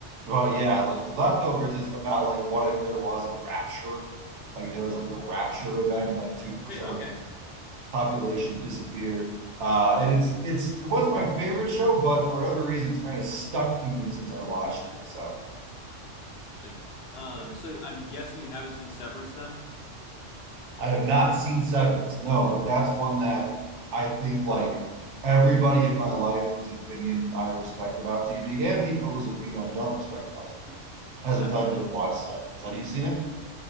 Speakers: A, on the right; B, on the left.
A: but yeah, like the leftovers is about like what if there was a rapture, like there was like a rapture event, and like two percent
B: Wait,
A: of
B: okay,
A: the world's population disappeared. Uh, and it's it's it wasn't my favorite show, but for whatever reason, it's kind of stuck to me since I watched it. So
B: interesting. Um,
A: yeah.
B: so I'm guessing you haven't seen Severance then?
A: I have not seen Severance, no, but that's one that I think like everybody in my life whose opinion I respect about TV and people whose opinion I don't respect about TV has been
B: <laughs>
A: telling me to watch Severance. Have you seen it?